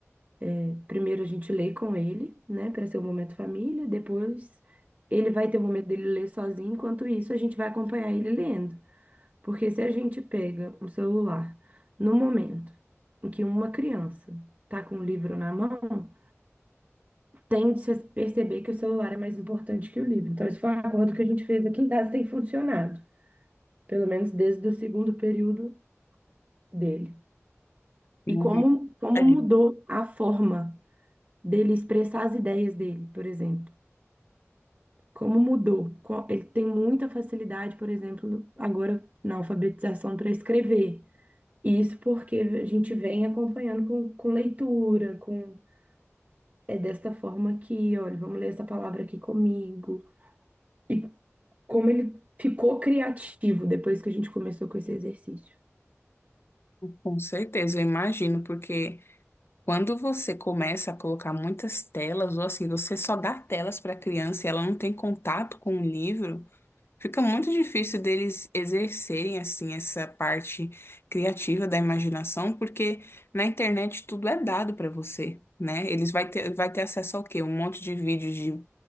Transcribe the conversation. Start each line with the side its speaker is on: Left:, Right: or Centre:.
Right: né? Primeiro a gente lê com ele, né, para ser o momento família, depois ele vai ter o momento dele ler sozinho, enquanto isso a gente vai acompanhar ele lendo. Porque se a gente pega um celular no momento em que uma criança está com o livro na mão, tende a perceber que o celular é mais importante que o livro. Então, esse foi um acordo que a gente fez aqui em casa, tem funcionado, pelo menos desde o segundo período dele.
Left: uhum.
Right: E como, como
Left: É,
Right: mudou a forma dele expressar as ideias dele, por exemplo. Como mudou? Co- Ele tem muita facilidade, por exemplo, agora na alfabetização para escrever. Isso porque a gente vem acompanhando com, com leitura, com é desta forma aqui, olha, vamos ler essa palavra aqui comigo. E como ele ficou criativo depois que a gente começou com esse exercício.
Left: com certeza, eu imagino, porque. Quando você começa a colocar muitas telas, ou assim, você só dá telas para a criança e ela não tem contato com o livro, fica muito difícil deles exercerem, assim, essa parte criativa da imaginação, porque na internet tudo é dado para você, né? Eles vai ter, vai ter acesso ao quê? Um monte de vídeos de